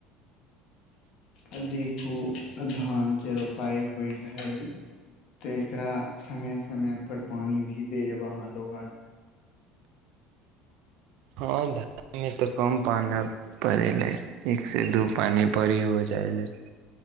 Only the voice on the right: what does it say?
हँ धानमे तऽ कम पानी पड़ैलै एकसँ दू पानि बड़ी हो जाइलै।